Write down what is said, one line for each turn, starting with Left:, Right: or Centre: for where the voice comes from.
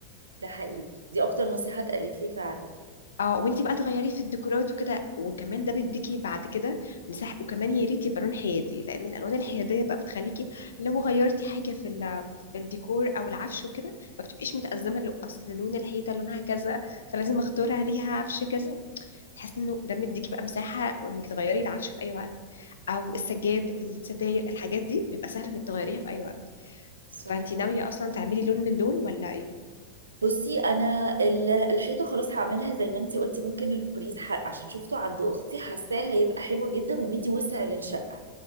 Right: ده حقيقي دي اكتر نصيحة اتقالت لي فعلا
Left: اه وانتي بقى تغيري في الديكورات وكده وكمان ده بيديكي بعد كده مساحه وكمان يا ريت يبقى لون حيادي لان الالوان الحياديه بقى بتخليكي لو غيرتي حاجه في ال في الديكور او العفش وكده ما بتبقيش متأزمه لو اصل لون الحيطه لونها كذا فلازم اختار عليها عفش كذا تحس انه ده مديكي بقى مساحه انك تغيري العفش في اي وقت او السجاد الستاير الحاجات دي بيبقى سهل انك تغيريها في اي وقت
Right: صح
Left: فانتي ناويه اصلا تعملي لون من دول ولا ايه
Right: بصي انا ال- الحيطه خلاص هعملها زي ما انتي قلتي ممكن البريز ح- عشان شفته عند اختي حاساه هيبقى حلو جدا ومدي وسع للشقه